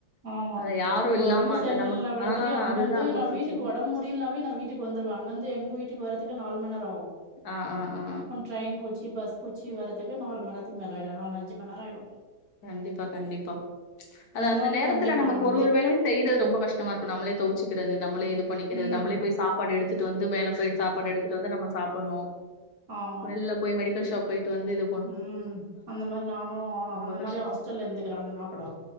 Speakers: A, on the right; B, on the left.
A: ஆமா
B: அத யாரும்
A: ஒரு
B: இல்லாம
A: உடம்பு செயல்னா
B: அந்த நமக்கு
A: கூட
B: ஆ
A: தெரியும் அங்க
B: அதுதான்
A: வந்து
B: அப்ப
A: நான்
B: பிரச்சனை
A: வீட்டுக்கு உடம்பு முடியலனாவே நான் வீட்டு வட்டுக்கு வந்துடுவாங்க அங்க இருந்து எங்க வீட்டுக்கு வரக்கு நாலு மணி நேரம் ஆகும்
B: ஆ ஆ ஆ
A: டரெயின் புச்சி பஸ் புச்சி வரதுக்கு நாலு மணி நேரத்துக்கு மேல ஆயிட நாலஞ்ச மணி நேர ஆயிடும்
B: கண்டிப்பா கண்டிப்பா அது அந்த
A: மாரியு
B: நேரத்துல
A: வந்திருக்கு
B: நமக்கு
A: நா நெறைய
B: ஒரு ஒரு வேளையும் செய்யறது ரொம்ப கஷ்டமா இருக்கும் நம்மளே தோச்சுக்கறது நம்மளே இது பண்ணிக்கிறது
A: ம்
B: நம்மளேய் சாப்பாடு எடுத்துட்டு வந்து மேல போய் சாப்பாடு எடுத்துட்டு வந்து நம்ம சாப்பிடணும்
A: ஆமா
B: வெல்ல போய் மெடிக்கல் ஷாப் போயிட்டு வந்து இத
A: ம் அந்த மாறி நானும்
B: ரொம்ப
A: அந்த
B: கஷ்டம்.
A: மாறி ஹாஸ்டல்ல இந்துக்கிறான்னா கூட